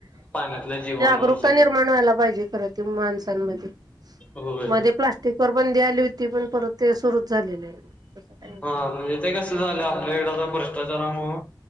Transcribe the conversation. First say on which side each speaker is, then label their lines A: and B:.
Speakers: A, on the left; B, on the right.
A: पाण्यातल्या जीवावर
B: जागरूकता
A: सगळ्या
B: <unintelligible> व्हायला पाहिजे खरं माणसांमध्ये
A: होय
B: बंदी आली होती पण परत ते सुरूच झालेले आहे
A: हा म्हणजे ते कस झालं आपल्या इकड भ्रष्टाचारामूळ